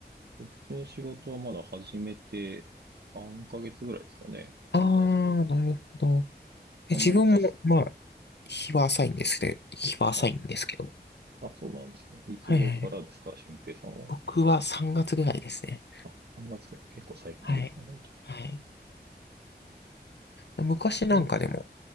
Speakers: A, on the right; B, on the left.
A: っちの仕事はまだ始めて3ヶ月ぐらいですかね。
B: あー、
A: そんなに、
B: なるほど。え、
A: あんまりタスク、
B: 自分も、まあ、日は浅いんですけど、日は浅いんですけど。
A: あ、あ、そうなんですね。いつ頃からですか、
B: はいはいはい。
A: 俊平さんは。
B: 僕は3月ぐらいですね。
A: あ、3月からい。結構最近ですね、
B: はい。
A: 本
B: はい。昔なんかでも、
A: 当に。